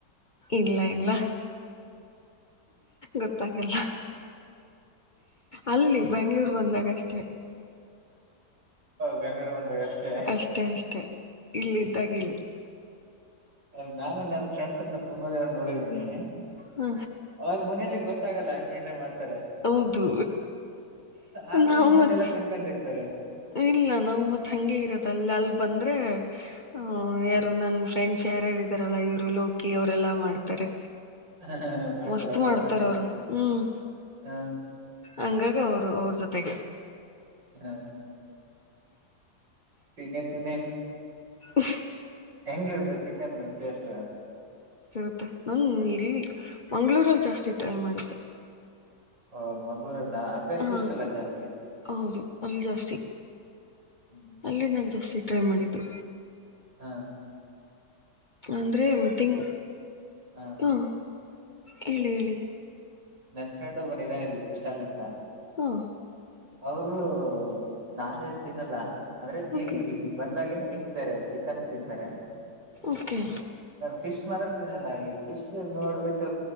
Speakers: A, on the left; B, on the right.
A: ಇಲ್ಲ ಇಲ್ಲ ಗೊತ್ತಾ ಕಲ್ಲ ಅಲ್ಲಿ ಬೆಂಗಳೂರು ಬಂದಾಗ ಅಷ್ಟೆ
B: ಗಂಗರು ಬಂದಾಗ ಅಷ್ಟೇ
A: ಅಷ್ಟೆ ಅಷ್ಟೆ ಇಲ್ಲ್ದಾಗಲ್ಲ
B: ಅ ನಾನು ನನ್ನ ಫ್ರೆಂಡ್ಸ್ ತುಂಬಾ ಜಿನ ನೋಡಿದೀನಿ
A: ಹ
B: ಅವ್ರ ಮನೆಯಲ್ಲಿ ಗೊತ್ತ ಲ್ಲ ಹಂಗ ಮಂಟ ಮಾಡತ
A: ಹೌದು
B: ಆದ್ರೆ
A: ನಾವು
B: ಇಲ್ಲಿ ಮುಂದೆ
A: ಮತ್
B: ಎಲ್ಲ ತಿನ್ಕೊಂಡಿರ್ತಾರೆ
A: ಇಲ್ಲ ನಾವು ಮತ್ ಹಂಗಗೆ ಇರೋದ ಅಲ್ಲಿ ಅಲ್ಲಿ ಬಂದ್ರೆ ಹ ಯಾರು ನನ್ ಫ್ರೆಂಡ್ಸ್ ಯಾರ್ಯಾರ ಇದ್ದಾರಲ್ಲ ಇವ್ರು ಲೋಕಿ ಅವರೆಲ್ಲಾ ಮಾಡ್ತಾರೆ
B: ಹ ಮಾಡ್ತಾರ
A: ಮಸ್ತ್
B: ಅವ್ರ ರೂಮ್
A: ಮಾಡ್ತಾರ
B: ಅಲ್ಲಿ
A: ಅವರು ಹ್ಮ್
B: ಹ
A: ಹಂಗಾಗ ಅವರು ಅವ್ರ ಜೊತೆಗೆ
B: ಹಾ ತಿನ್ನಿ ತಿನ್ನಿ
A: ಹ
B: ಹೆಂಗಿರುತ್ತೆ ಚಿಕನ್ ಟೇಸ್ಟ್
A: ರುತ್ತೆ ನನ್ ಇಲ್ಲಿ ಮಂಗ್ಗಳೂರಲ್ಲಿ ಜಾಸ್ತಿ ಟ್ರೈ ಮಾಡಿದ್ದೆ
B: ಹಓ ಮಂಗ್ಳೂರಲ್ಲ ಆ ಕಡೆ
A: ಹಾ
B: ಫಿಶ್ ಅಲ್ಲ ಜಾಸ್ತಿ
A: ಹೌದು ಅಲ್ಲಿ ಜಾಸ್ತಿ
B: ಹ್ಮ್
A: ಅಲ್ಲಿ ನಾನು ಜಾಸ್ತಿ ಟ್ರೈ ಮಾಡಿದ್ದು
B: ಹಾ
A: ಅಂದ್ರೆ ಎಮಂಗ್
B: ಹ
A: ಹಾ ಹೇಳಿ ಹೇಳಿ
B: ನನ್ ಫ್ರೆಂಡ್ ಒಬ್ಬರ ಇದಾನ ಇಲ್ಲಿ ಕುಶಾಲ್ ಅಂತ
A: ಹಾ
B: ಅವರು ನಾನೇಷ್ಟ ತಿನ್ನಲ್ಲ ಅಂದ್ರೆ
A: ಓಕೆ
B: ಈಗಗ ಬಂದಾಗಿನ್ ತಿಂತಿದಿದ್ದಾರೆ ಕನ್ ತಿಂತಾರೆ
A: ಓಕೆ
B: ಫಿಶ್ ಮಾತ್ರ ತಿನ್ನಲ್ಲ ಈ ಫಿಶ್ ನೋಡ್ಬಿಟ್ಟ